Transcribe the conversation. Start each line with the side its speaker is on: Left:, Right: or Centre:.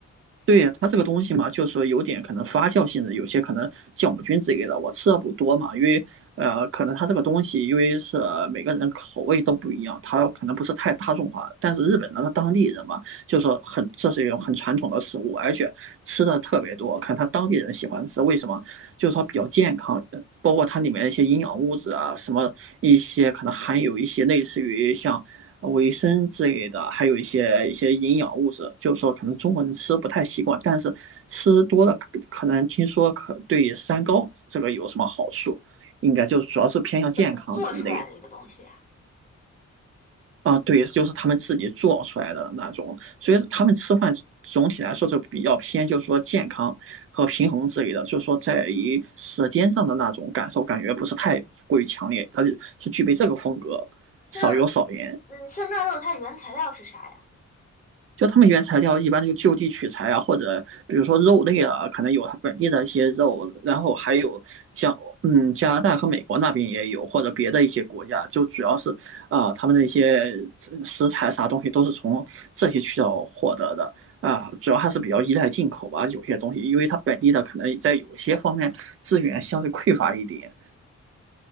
Right: 对它这个东西嘛，就是说有点可能发酵性质，有些可能酵母菌之类的，我吃的不多嘛，因为呃，可能它这个东西，因为是每个人口味都不一样，它可能不是太大众化。但是日本人的当地人嘛，就是说很这是一种很传统的食物，而且吃的特别多，可能他当地人喜欢吃，为什么？就是说比较健康，包括它里面一些营养物质啊，什么一些可能含有一些类似于像维生之类的，还有一些一些营养物质，就是说可能中国人吃不太习惯，但是吃多了可能听说可对三高这个有什么好处，应该就主要是偏向健康的一类的
Left: <laughs> 做出来的一个东西呀？
Right: 啊，对，就是他们自己做出来的那种，所以他们吃饭总体来说就比较偏，就是说健康和平衡之类的，就是说在于舌尖上的那种感受感觉不是太过于强烈，它是是具备这个风格，
Left: 像
Right: 少油少盐。
Left: 嗯像纳豆，它原材料是啥呀
Right: 就他们原材料一般就就地取材啊，或者比如说肉类啊，可能有它本地的一些肉，然后还有像嗯加拿大和美国那边也有，或者别的一些国家，就主要是啊、呃他们的一些食材啥东西都是从这些渠道获得的啊、呃主要还是比较依赖进口吧，有些东西，因为它本地的可能在有些方面资源相对匮乏一点。